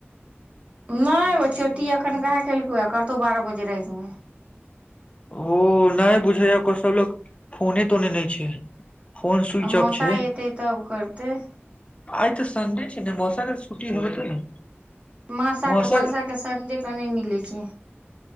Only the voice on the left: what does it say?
ओ नहि बुझैय को सब लोको फोने तोने नहि छै फोन स्विच
ऑफ छै
आइ तऽ सन्डे छै ने मौशाके छुट्ी हो तऽ ने
मौसा